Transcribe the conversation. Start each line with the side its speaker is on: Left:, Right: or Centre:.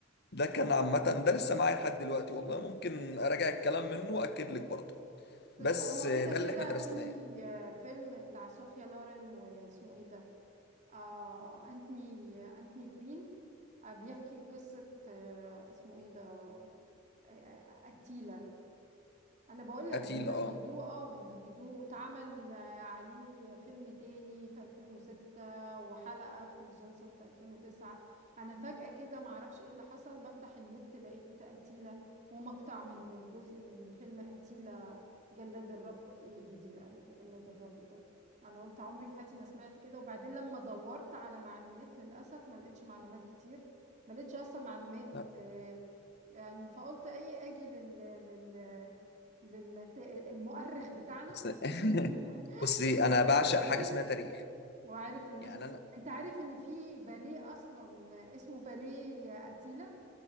Left: ده كان عامة ده لسه معايا لحد دلوقتي والله ممكن اراجع الكلام منه واكد لك برضه
Right: طيب
Left: بس
Right: هو
Left: آه،
Right: كده
Left: ده
Right: إيه.
Left: اللي
Right: كده
Left: احنا درسناه
Right: في فيلم بتاع صوفيا لورين واسمه ايه ده آه أنتوني أنتوني كوين آه بيحكي قصة آه اسمه ايه ده آه آه، قتيلة انا بقول لك
Left: قتيلة
Right: بيمجدوه
Left: اه
Right: اه بيمجدوه واتعمل آه، عليه فيلم تاني في 2006 وحلقة في مسلسل في 2009 انا فجأة كده معرفش ايه اللي حصل بفتح النت لقيت قتيلة ومقطع من جزء من فيلم قتيلة جلاد الرب قلت ايه جديلة جلاد الرب ده انا قلت عمري في حياتي ما سمعت كده وبعدين لما دورت على معلومات للاسف ما لقيتش معلومات كتير ما لقيتش اصلا معلومات
Left: لا،
Right: آه، يعني فقلت ايه اجي لل لل لل المؤرخ بتاعنا
Left: بس <laughs>
Right: <laughs>
Left: بصي
Right: اللي دارس
Left: انا بعشق
Right: تاريخ
Left: حاجة اسمها تاريخ
Right: وعارف الناس
Left: يعني
Right: كلها
Left: انا
Right: انت عارف ان في باليه اصلا اسمه باليه اتيلا